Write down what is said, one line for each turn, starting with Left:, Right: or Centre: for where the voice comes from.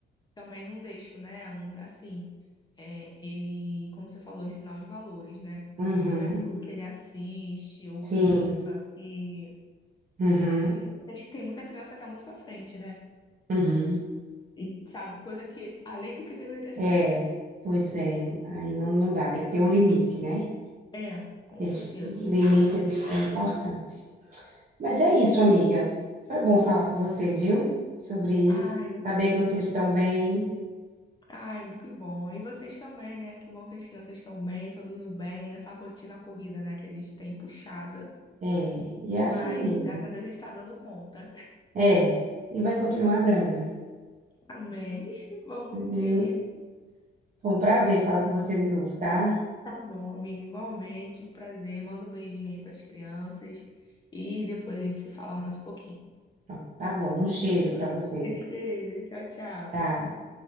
Left: também não deixo, né? Muito assim, é, ele, como você falou, ensinar os valores, né?
Right: Uhum.
Left: Não é tudo que ele assiste ou
Right: Sim,
Left: brinca, que
Right: uhum.
Left: é, acho que tem muita criança que é muito pra frente, né?
Right: Uhum.
Left: E sabe coisa que além do que deveria saber.
Right: É, pois é, aí não, não dá, tem que ter um limite, né?
Left: É, com
Right: Eles,
Left: certeza.
Right: limite é de extrema importância. Mas é isso, amiga. Foi bom falar com você, viu? Sobre isso,
Left: Ai,
Right: saber que vocês estão bem.
Left: ai, que bom. E vocês também, né? Que bom que as crianças estão bem, todo mundo bem. Essa rotina corrida, né, que a gente tem puxada.
Right: É, e é assim
Left: Mas,
Right: mesmo.
Left: graças a Deus, a gente tá dando conta.
Right: É, e vai continuar dando.
Left: Amém. <laughs> Vamos sim.
Right: Viu? Foi um prazer falar com você de novo, tá?
Left: Tá bom, amiga. Igualmente, prazer. Manda um beijinho aí pras crianças. E depois a gente se fala mais um pouquinho.
Right: Pronto, tá bom. Um cheiro para vocês.
Left: Beijo, Tchau, tchau.
Right: Tchau.